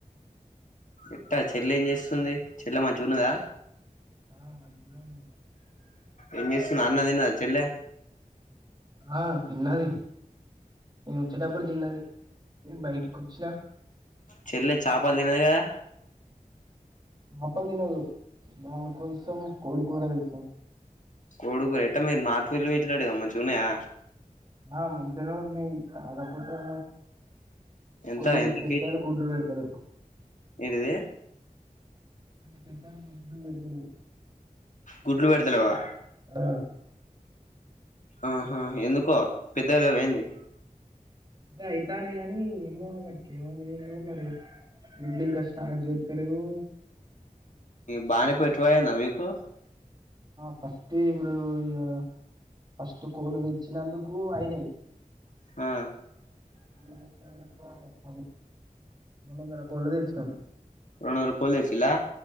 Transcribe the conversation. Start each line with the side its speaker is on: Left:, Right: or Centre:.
Left: ఎట్ట చెల్లె ఏం చేస్తుంది చెల్లె మంచుకున్నాదా
Right: ఆ మంచిగా ఉంది
Left: ఏం చేస్తుంది అన్నం తిన్నాదా చెల్లే
Right: ఆ తిన్నది నేను వచ్చేటప్పుడు తిన్నది నే బయటకి వచ్చినా
Left: చెల్లే చేపలు తినేది కదా
Right: ఆపల్ తినదు దాని కోసం కోడి కుర్ర కం
Left: కోడుకురు ఎట్ట మీరు నాటుకు వెళ్లి పెట్నాడు మంచిగా ఉన్నాయా
Right: ఆ మంచిగానే ఉన్నాయి కాకపోతే
Left: ఎంత
Right: కొన్ని
Left: ఎంత
Right: పెట్టలు
Left: కేజీ
Right: గుడ్లు పెడతాలెవ్
Left: ఏంటిది
Right: కొన్ని పెట్టాలు గుడ్లలు పెడతాలేవ్
Left: గుడ్రు పెడతలెవా
Right: ఆ
Left: అ ఆహా ఎందుకో పెద్దలువైంది
Right: అ అయితానే నీ ఏమో అక్కడికి ఏమోని ఏ మరి గుడ్లు ఇంకా స్టార్ట్ చేయటలేవు
Left: బానే పెట్టువాడిందా మీకు
Right: ఫస్ట్ ఇప్పుడు ఇ ఫస్ట్ కోలు తెచ్చినందుకు అయినయి
Left: ఆ
Right: <unintelligible> మూడు వందల కోళ్లు తెచ్చినాం
Left: రెండు వందల కోళ్లు తెచ్చిల్లా